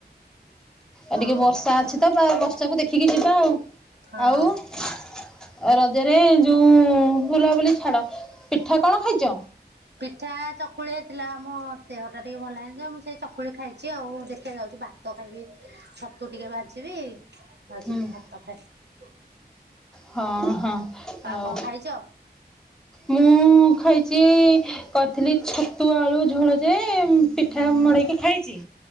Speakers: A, on the right (about 75°); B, in the centre.
A: ହଁ
B: ଆଉ ଟିକେ ବର୍ଷା ଅଛି ତ ବ ସବୁ ଦେଖିକି ଯିବା ଆଉ।
A: ହଁ।
B: ଆଉ ରଜରେ ଯୋଉ ବୁଲାବୁଲି ଛାଡ ପିଠା କଣ ଖାଇଛ?
A: ପିଠା ଚକୁଳି ହେଇଥିଲା ମୋ ଦେହ ଟା ଟିକେ ଭଲ ଭଲନଥିଲା ମୁଁ ସେଇ ଚକୁଳି ଖାଇଛି ଆଉ ଦେଖିଆ ଯାଉଛି ଭାତ ଖାଇବି ଛତୁ ଟିକେ ଭଜିବି ଭାଜିକି
B: ହୁଁ।
A: ଭାତ ଖାଇବି।
B: ହଁ ହଁ ଆଉ
A: କଣ ଖାଇଛ?
B: ମୁଁ ଖାଇ ଆଜି କରିଥିଲି ଛତୁ ଆଳୁ ଝୋଳ ଯେ ପିଠା ମଡେଇକି ଖାଇଛି।